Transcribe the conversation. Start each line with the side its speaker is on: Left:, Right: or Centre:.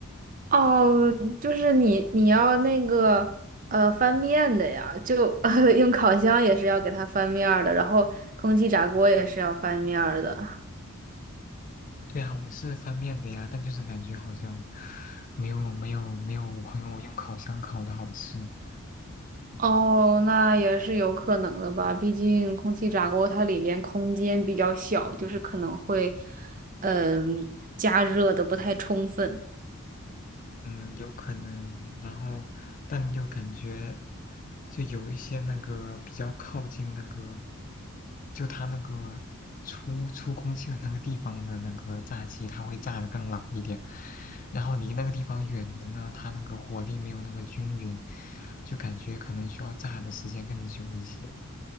Right: 哦，就是你你要那个呃翻面的呀，就 <laughs> 呃用烤箱也是要给它翻面儿的，然后空气炸锅也是要翻面儿的。
Left: 对啊，我是翻面的呀，但就是感觉好像没有没有没有我朋友用烤箱烤的好吃。嗯
Right: 哦，那也是有可能的吧，毕竟空气炸锅它里边空间比较小，就是可能会嗯、加热的不太充分。
Left: 嗯，有可能，然后但又感觉就有一些那个比较靠近那个，就它那个出出空气的那个地方的那个炸鸡，它会炸得更老一点，然后离那个地方远的呢，它那个火力没有那么均匀，就感觉可能需要炸的时间更久一些。